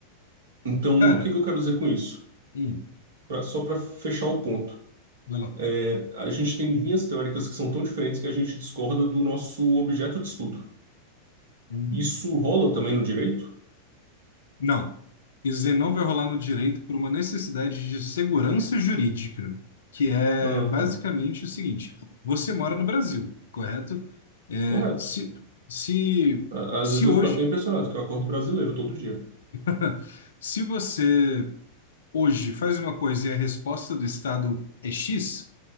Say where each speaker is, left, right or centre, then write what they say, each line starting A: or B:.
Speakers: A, on the right; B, on the left.
A: Então,
B: Cara,
A: o que que eu quero dizer com isso?
B: hum,
A: Pra- só para fechar o ponto.
B: vai lá.
A: É, a gente tem linhas teóricas que são tão diferentes que a gente discorda do nosso objeto de estudo.
B: Hum.
A: Isso rola também no direito?
B: Não. Isenão vai rolar no direito por uma necessidade de segurança jurídica, que é
A: Aham,
B: basicamente o seguinte: você mora no Brasil, correto? É,
A: Correto.
B: se, se,
A: Á-
B: se
A: Às vezes eu
B: hoje,
A: fico até impressionado que eu acordo brasileiro todo dia.
B: <laughs> se você hoje faz uma coisa e a resposta do Estado é X,